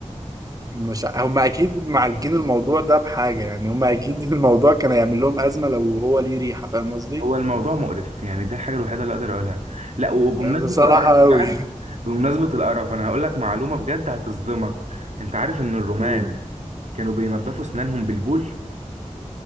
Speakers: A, on the right (about 30°); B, on the right (about 70°).
A: مش ع- هم اكيد معالجين الموضوع ده بحاجه يعني هم اكيد <laughs> الموضوع كان هيعمل لهم ازمه لو هو ليه ريحه فاهم قصدي
B: هو الموضوع مقرف يعني ده الحاجه الوحيده اللي اقدر اقولها لا وبمناسبه
A: يعني بصراحه
B: القرف بقى
A: قوي
B: بمناسبه القرف انا هقول لك معلومه بجد هتصدمك انت عارف ان الرومان
A: <laughs>
B: كانوا بينضفوا اسنانهم بالبول